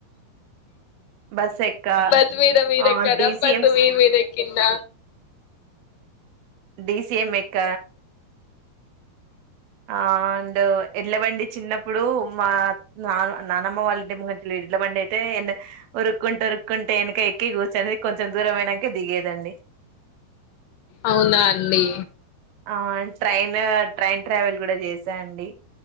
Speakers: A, on the right; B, on the left.
A: బస్ ఎక్క
B: బస్ మీద మీరేకార
A: ఆ డిసిఎం
B: బస్ మీ మీద ఏక్ కింద
A: డి సి యమ్ ఎక్క ఆ అండ్ ఎడ్లబండి చిన్నప్పుడు మా నాన్ నానమ్మ వాళ్ళంటి ముంగట్లే ఎడ్లబండి అయితే ఎ ఉరుకుంటూ ఉరుకుంటూ ఎనక ఎక్కి కూర్చొని కొంచెం దూరం పోయినంక దిగేదండి
B: అవున అండి
A: ఆ ట్రైను ట్రైన్ ట్రావెల్ కూడా చేసా అండి